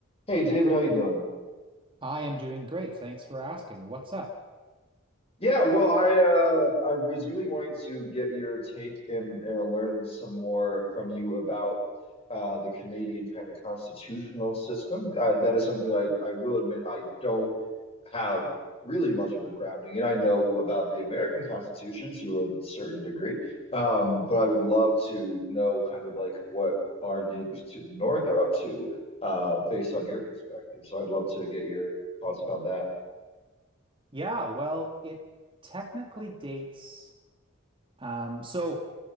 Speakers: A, on the left (about 30°); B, on the right (about 25°).
A: Hey David, how you doing?
B: I am doing great. Thanks for asking. What's up?
A: Yeah, well, I uh, I was really wanting to get your take and, and learn some more from you about uh, the Canadian kind of constitutional system. Uh, that is something that I, I will admit I don't have really much of a grounding, in. I know about the American Constitution to a certain degree, um, but I would love to know kind of like what our neighbors to the north are up to uh, based on your perspective. So I'd love to get your thoughts about that.
B: Yeah, well, it technically dates. Um, so,